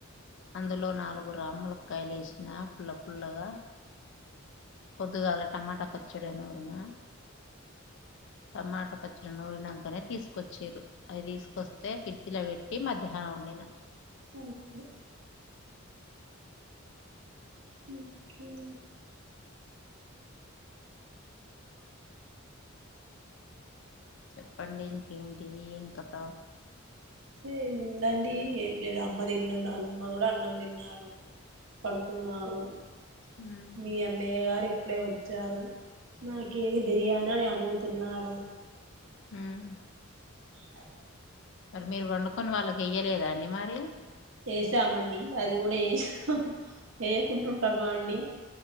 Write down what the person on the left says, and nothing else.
అందులో నాలుగు రాములక్కాయలు వేసిన పుల్ల పల్లగా పొద్దుగాల టమాటా పచ్చడి నూరినా టమాటా పచ్చడి నూరినాంకనే తీసు కొచ్చేరు అవి తీసుకొస్తే ఫ్రిడ్జి ల పెట్ టి మధ్యాహ్నం వండిన
చెప్పండి ఇంకేంటి ఏంకథ
ఉమ్
మ్మ్
మరి మీరు వండుకొని వాళ్ళకి ఎయ్యలేదా అండి మరి